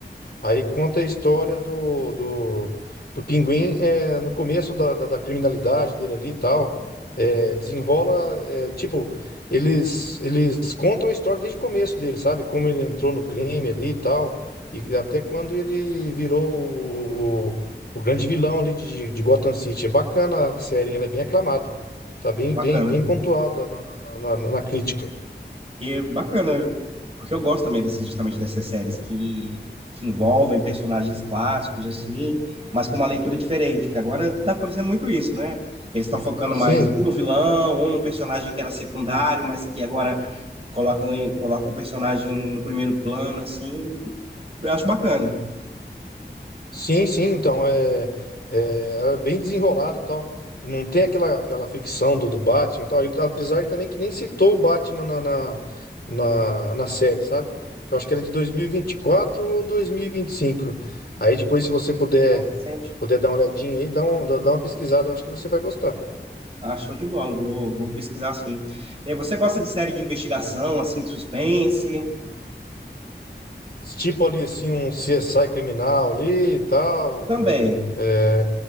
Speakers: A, on the left (about 60°); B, on the right (about 30°).
A: Aí conta a história do, do, do pinguim eh, no começo da, da, da criminalidade dele ali e tal. Eh, desenrola, eh, tipo, eles, eles contam a história desde o começo dele, sabe? Como ele entrou no crime ali e tal. E até quando ele virou o, o, o grande vilão ali de, de Gotham City. É bacana a série, hein? ela é bem aclamada. Tá bem, bem,
B: Bacana.
A: bem pontuada na, na, na na crítica.
B: E é bacana, porque eu gosto também dessas, justamente dessas séries que, que envolvem personagens clássicos, assim, mas com uma leitura diferente, porque agora tá acontecendo muito isso, né? Eles estão focando
A: Sim.
B: mais ou no vilão, ou num personagem que era secundário, mas que agora colocam, em, colocam um personagem no primeiro plano, assim. Eu acho bacana.
A: Sim, sim, então é, é, é bem desenrolado e tal. Não tem aquela, aquela ficção do, do Batman e tal. E, apesar de também que nem citou o Batman na, na, na, na série, sabe? Eu acho que era de dois mil e e vinte e quatro ou dois mil e e vinte e cinco Aí depois, se você puder,
B: Sente.
A: puder dar uma olhadinha aí, dá, um, dá dá uma pesquisada, eu acho que você vai gostar.
B: Ah, show de bola, vou, vou pesquisar assim. Você gosta de série de investigação, assim, de suspense?
A: Tipo ali assim, um CSI criminal ali e tal.
B: Também.
A: é,